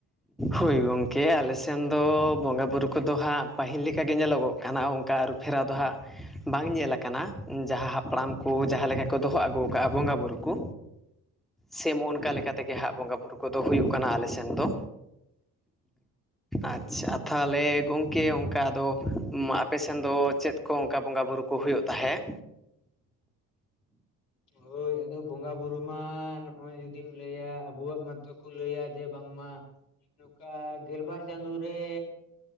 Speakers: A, in the centre; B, on the left.
A: ᱦᱳᱭ ᱜᱚᱝᱠᱮ ᱟᱞᱮ ᱥᱮᱱ ᱫᱚ ᱵᱚᱸᱜᱟᱼᱵᱩᱨᱩ ᱠᱚᱫᱚ ᱦᱟᱸᱜ ᱯᱟᱹᱦᱤᱞ ᱞᱮᱠᱟᱜᱮ ᱧᱮᱞᱚᱜᱚᱜ ᱠᱟᱱᱟ ᱚᱱᱠᱟ ᱟᱹᱨᱩ ᱯᱷᱮᱨᱟᱣ ᱫᱚ ᱦᱟᱸᱜ ᱵᱟᱝ ᱧᱮᱞ ᱟᱠᱟᱱᱟ ᱡᱟᱸᱦᱟ ᱦᱟᱯᱲᱟᱢ ᱠᱚ ᱡᱟᱸᱦᱟ ᱞᱮᱠᱟ ᱠᱚ ᱫᱚᱦᱚ ᱟᱹᱜᱩ ᱠᱟᱜᱼᱟ ᱵᱚᱸᱜᱟᱼᱵᱩᱨᱩ ᱠᱚ᱾ ᱥᱮᱢ ᱱᱚᱝᱠᱟ ᱞᱮᱠᱟ ᱛᱮᱜᱮ ᱦᱟᱸᱜ ᱵᱚᱸᱜᱟ ᱵᱩᱨᱩ ᱠᱚᱫᱚ ᱦᱩᱭᱩᱜ ᱠᱟᱱᱟ ᱟᱞᱮ ᱥᱮᱱ ᱫᱚ᱾ ᱟᱪᱪᱷᱟ ᱛᱟᱦᱚᱞᱮ ᱜᱚᱝᱠᱮ ᱚᱱᱠᱟ ᱟᱫᱚ ᱢᱟ ᱟᱯᱮ ᱥᱮᱱ ᱫᱚ ᱪᱮᱫ ᱠᱚ ᱚᱱᱠᱟ ᱵᱚᱸᱜᱟᱼᱵᱩᱨᱩ ᱠᱚ ᱦᱩᱭᱩᱜ ᱛᱟᱦᱮᱸ?
B: ᱦᱳᱭ ᱟᱫᱚ ᱵᱚᱸᱜᱟ ᱵᱩᱨᱩ ᱢᱟ ᱱᱚᱜᱼᱚᱭ ᱡᱩᱫᱤᱢ ᱞᱟᱹᱭᱟ ᱟᱵᱚᱣᱟᱜ ᱢᱟ ᱛᱚ ᱠᱚ ᱞᱟᱹᱭᱟ ᱡᱮ ᱵᱟᱝᱢᱟ ᱱᱚᱝᱠᱟ ᱜᱮᱞᱵᱟᱨ ᱪᱟᱸᱫᱳ ᱨᱮᱻ᱾